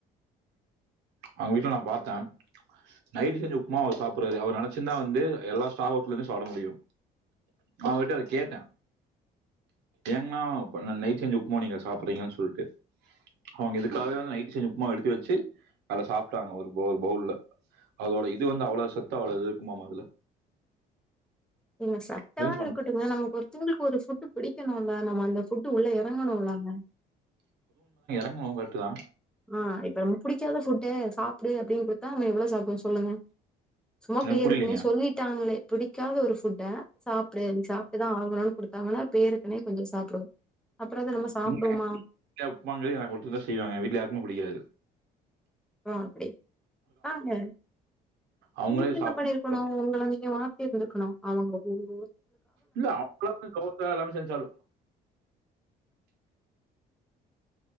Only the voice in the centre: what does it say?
இங்க சத்தல்லா
இருக்கட்டுங்க நமக்கு ஒருந்தவுங்கள்க்கு ஒரு ஃபு பிடிக்கணுல நம்ம அந்த ஃபுட்டு உள்ள எறங்கணுல்லங்க
ஆஹ் இப்ப நமக்கு புடிக்காத ஃபுட்டே சாப்டு அப்படினு குடுத்தா நாம எவ்ளோ சாப்டுவோ சொல்லுங்க சும்மா
பேருக்குனே
சொல்லிட்டாங்களே பிடிக்காத ஒரு ஃபுட்ட சாப்டு நீ சாப்ட்டுதா ஆகணு குடுத்தாங்கனா பேருக்குனே கொஞ்ச சாப்டுவோ அப்றோ அத நம்ம சாப்டுவோமா
ஆஹ் அப்டி ஆங்க
நீங்க என்ன
பண்ணிருக்கணு உங்கள மாத்தி இருந்துர்க்கணும் அவங்க ஒ